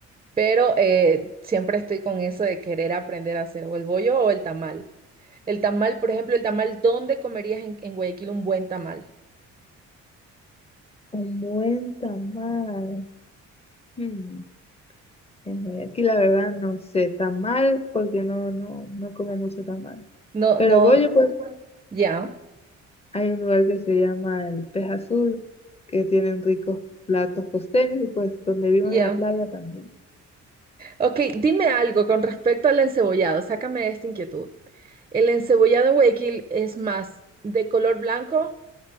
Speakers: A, on the right; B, on the left.
A: Pero eh, siempre estoy con eso de querer aprender a hacer o el bollo o el tamal. El tamal, por ejemplo, el tamal, ¿dónde comerías en, en Guayaquil un buen tamal?
B: Un buen tamal. Hmm, en Guayaquil, la verdad, no sé. Tamal, porque no, no, no como mucho tamal.
A: No,
B: Pero
A: no,
B: bollo, pues,
A: ya,
B: hay un lugar que se llama el Pez Azul, que tienen ricos platos costeños y pues donde vivo
A: ya.
B: en la playa también.
A: Ok, dime algo con respecto al encebollado. Sácame de esta inquietud. ¿El encebollado en Guayaquil es más de color blanco?